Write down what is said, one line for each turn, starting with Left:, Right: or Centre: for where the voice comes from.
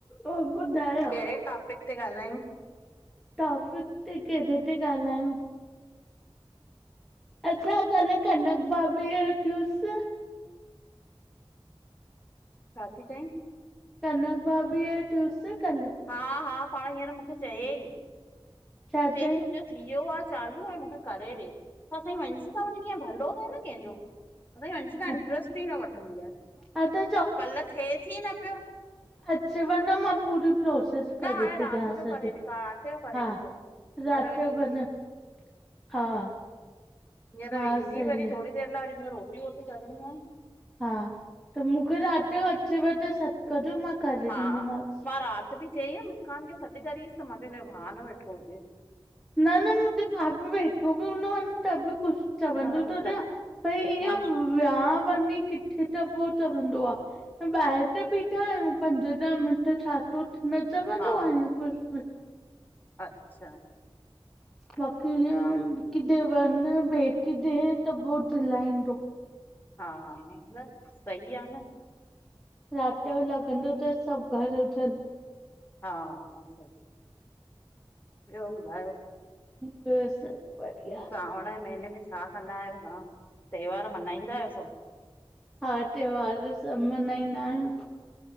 Centre: ॿियो ॿुधायो
Left: केड़े टॉपिक ते ॻाल्हायूं?
Centre: टॉपिक ते केड़े ते ॻाल्हायूं? अच्छा कल कनक भाभीअ जो थियुस
Left: छा ती चईं?
Centre: कनक भाभीअ ओ थियूस कल?
Left: हा हा पाण हींअर मूंखे चय‌ई
Centre: छा
Left: च‌ई
Centre: चई
Left: कि मुंजो थिवियो आ चालू ऐं मूंखे करे ॾे त असांजी वंशिका <unintelligible> भलो थिए न केंजो। असांजी वंशिका
Centre: हा
Left: इंट्रस्ट ई न वठंदी आ
Centre: हा त
Left: कल्ह थिएस ई न पयो।
Centre: अच वन मां पूरी प्रोस
Left: न
Centre: करेती
Left: हाणे राति
Centre: ॾयास
Left: जो
Centre: अज
Left: करे ॾिसां राति जो करे
Centre: हा,
Left: ॾिसां हींअर
Centre: रात
Left: वरी
Centre: जो
Left: ईंदी
Centre: बि न हा।
Left: हींअर
Centre: हा
Left: वेंदी
Centre: सही
Left: वरी
Centre: आ
Left: थोरी देर लाए वरी मूंखे रोटी वोटी करणी आ।
Centre: हा त मूंखे रात जो अचेव त सॾ कजो मां करे ॾींदीमांसि
Left: हा, मां रात बि चई मुस्कान खे सॾ करिस त मां चयो हिन जो भाव न वेठो हुजेस।
Centre: न न मुंहिंजो भा बि वेठो बि हूंदो आ न त बि कुछ चवंदो
Left: न वरी
Centre: त चेहा
Left: लॻ
Centre: भई ईअ
Left: मछ
Centre: वेया वञी किथे त पो चवंदो आ ॿाहेर त बीठा आहियूं पंज ॾह मिंट छा थो थे, न चवंदो
Left: हा
Centre: आहे ईअं कुछ बि।
Left: अच्छा
Centre: बाक़ीं इये
Left: ॿियो
Centre: किथे वन बे किथे त पो चिलाईंदो
Left: हा, न - न सही आ न।
Centre: रात जो लॻंदो तस सभ घरु हुजनि।
Left: हा हा सही, ॿियो ॿुधायो?
Centre: ॿियो सभ बढ़िया।
Left: सावण जे महीने में छा कंदा आहियो तव्हां? त्योहार मल्हाईंदा आहियो सभ।
Centre: हा त्योहार सभ मनहाईंदा
Left: सभु
Centre: आहियूं।